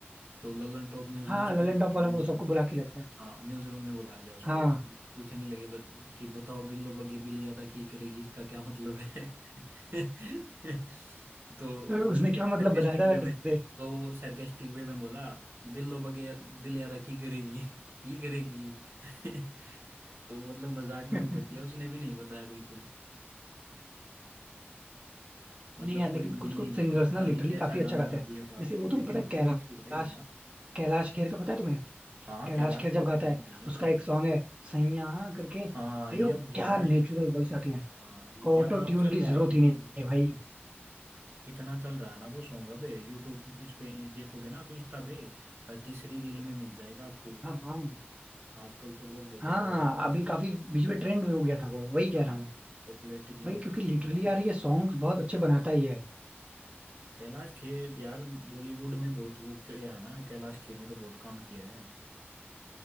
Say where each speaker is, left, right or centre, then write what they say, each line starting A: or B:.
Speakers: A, on the right; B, on the right.
A: तो ललन टॉप न्यूज
B: हाँ
A: में उसको
B: ललन
A: बुला
B: टॉप
A: लिया
B: वाला
A: न्यूज
B: वो सबको
A: रूम
B: बुला
A: में
B: के लेता है
A: हाँ न्यूज रूम में बुला लिया उसको
B: हाँ
A: पूछने लगे बत, कि बताओ बिल्लो बग्गे बिल्ली अदा की करेगी इसका क्या मतलब है <laughs> तो वो
B: उसने क्या मतलब
A: सरकेस्टिक
B: बताया था
A: वे
B: वैसे
A: में तो वो सरकेस्टिक वे में बोला बिल्लो बग्गे बिल्ली अदा की करेगी <laughs> की करेगी <laughs> तो मतलब मजाक में
B: <laughs>
A: वो कर दिया उसने भी नहीं बताया बिल्कुल मतलब
B: नहीं यार लेकिन
A: कोई मीनिंग
B: कुछ कुछ
A: ही नहीं
B: सिंगर्स
A: था पता
B: ना लिटरली
A: नहीं कैसा
B: काफी अच्छा
A: गाना
B: गाते
A: गा
B: हैं
A: दिया था
B: जैसे वो तुम्हें
A: लेकिन
B: पता है
A: इतनी
B: कैलाश
A: अच्छी लाइव है ना
B: कैलाश खेर का पता है तुम्हें
A: हाँ
B: कैलाश
A: कैलाश
B: खेर
A: खेर
B: जब
A: के
B: गाता
A: गाने
B: है
A: का यार
B: उसका
A: मैं
B: एक सॉन्ग है सैया करके भाई
A: हाँ ये
B: वो
A: अब ज्यादा
B: क्या नेचुरल वॉइस आती है
A: हाँ ये ज्यादा
B: ऑटो ट्यून
A: अब चल
B: की
A: रहा
B: जरूरत
A: है
B: ही
A: ये
B: नहीं है भाई
A: इतना चल रहा है ना वो सॉन्ग अब यूट्यूब इस पे देखोगे ना आप इंस्टा पे हर तीसरी रील में मिल जाएगा आपको
B: हाँ हाँ
A: आजकल तो लोग बहुत
B: हाँ
A: ज्यादा वाइब कर रहे
B: अभी
A: हैं
B: काफी
A: इस पे
B: बीच में ट्रेंड में हो गया था वो वही कह
A: हाँ
B: रहा हूँ
A: पॉपुलैरिटी गेन
B: भाई क्योंकि
A: कर ली
B: लिटरली
A: इसने काफी
B: यार ये सॉन्ग्स बहुत अच्छे बनाता ही है
A: कैलाश खेर यार बॉलीवुड में बहुत वो किया है ना कैलाश खेर ने तो बहुत काम किया है